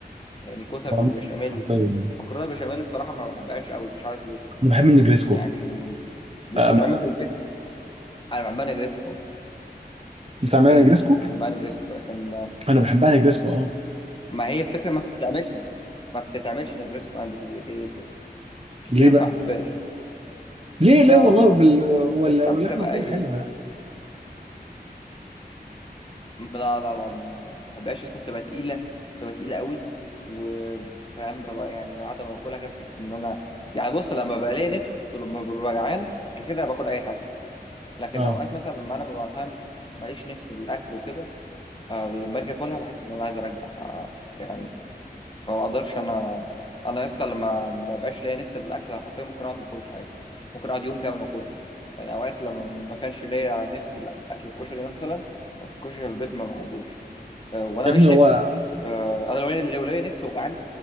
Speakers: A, on the left (about 30°); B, on the right (about 35°).
A: يعني كوسه
B: عموما
A: بالبشاميل
B: انت حرفيا يعني.
A: مكرونه بشاميل الصراحه ما بحبهاش قوي مش عارف ليه
B: انا بحب النجريسكو
A: يعني اللي
B: آه،
A: بتتعمل في البيت انا بعملها جريت
B: بتعملها
A: سيم
B: نجريسكو؟
A: بحبها نجريسكو لكن
B: انا بحبها نجريسكو اه
A: ما هي الفكره ما بتتعملش ما بتتعملش نجريسكو عندي في البيت هي دي الفكره عشان
B: ليه
A: كده
B: بقى؟
A: ما بحبهاش
B: ليه ليه
A: ف
B: والله بال... ولا-
A: بس طب
B: واللحمه
A: بتبقى
B: مفرومه
A: إيه
B: حلوه
A: الفكرة؟
B: يعني
A: لا لا لا ما بحبهاش اصلا بتبقى تقيله بتبقى تقيله قوي وفاهم بقى يعني بعد ما باكلها كده بحس ان انا يعني بص لما بلاقي نفس ولما ببقى جعان كده كده باكل اي حاجه لكن
B: اه
A: اوقات مثلا لما انا ببقى فاهم ماليش نفس للاكل وكده آه، لما اجي اكلها بحس ان انا عايز ارجع ف يعني ما بقدرش انا انا يا اسطى لما ما يبقاش ليا نفس الاكل حرفيا ممكن اقعد ما اكلش عادي ممكن اقعد يوم كامل ما اكلش يعني اوقات لما ما كانش ليا نفس الاكل الكشري مثلا الكشري في البيت ما بحبوش أه، وانا
B: يا
A: ماليش
B: ابني هو
A: نفس أه، انا لو لو ليا نفس وجعان